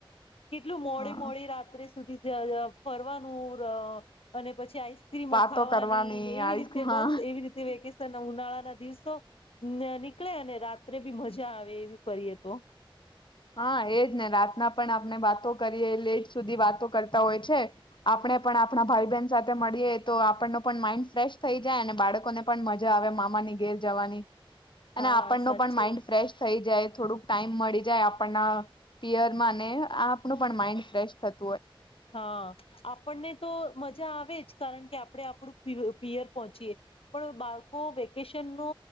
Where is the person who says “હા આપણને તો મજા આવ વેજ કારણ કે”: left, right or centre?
Left